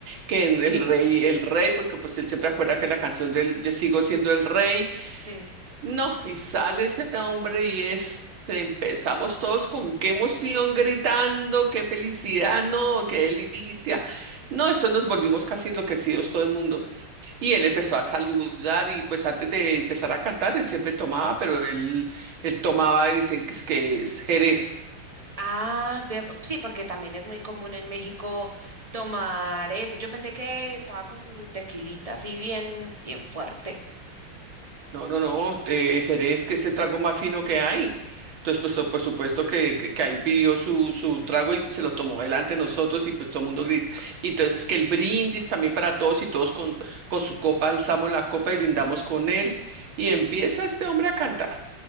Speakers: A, on the right (about 70°); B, on the right (about 20°).
A: que en el rey, el rey, porque pues él siempre acuerda que la canción del Yo sigo siendo el rey,
B: Sí.
A: no, y sale ese hombre y este, empezamos todos con qué emoción gritando, qué felicidad, no, qué delicia. No, eso nos volvimos casi enloquecidos todo el mundo. Y él empezó a saludar y pues antes de empezar a cantar, él siempre tomaba, pero él, él tomaba y decían que es, que es Jerez.
B: Ah, ve- sí, porque también es muy común en México tomar eso. Yo pensé que estaba con su tequilita así bien, bien fuerte.
A: No, no, no, eh, Jerez, que es el trago más fino que hay. Entonces, pues, so- por supuesto que, que, que ahí pidió su, su trago y se lo tomó delante de nosotros y pues todo el mundo grita. Y entonces, que el brindis también para todos y todos con, con su copa, alzamos la copa y brindamos con él. Y empieza este hombre a cantar.